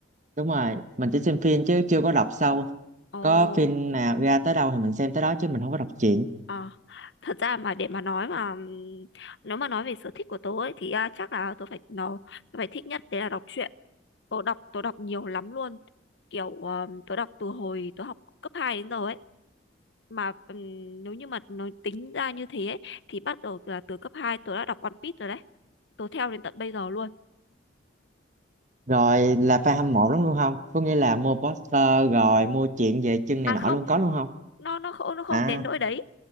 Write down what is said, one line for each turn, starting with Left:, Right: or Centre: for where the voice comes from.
Right: đúng rồi, mình chỉ xem phim chứ chưa có đọc sâu.
Left: Ồ,
Right: Có phim nào ra tới đâu thì mình xem tới đó chứ mình không có đọc truyện.
Left: à, thật ra mà để mà nói mà ừm, nếu mà nói về sở thích của tớ ấy thì à, chắc là tớ phải nó tớ phải thích nhất đấy là đọc truyện. Tớ đọc tớ đọc nhiều lắm luôn. Kiểu um, tớ đọc từ hồi tớ học cấp 2 đến giờ ấy. mà ừm, nếu như mà nói tính ra như thế ấy, thì bắt đầu từ là từ cấp 2 tớ đã đọc One Piece rồi đấy tớ theo đến tận bây giờ luôn
Right: Rồi là fan hâm mộ lắm luôn không? Có nghĩa là mua poster rồi mua chuyện về chân
Left: à
Right: này nọ
Left: không
Right: luôn có luôn không?
Left: nó nó không nó không
Right: À,
Left: đến nỗi đấy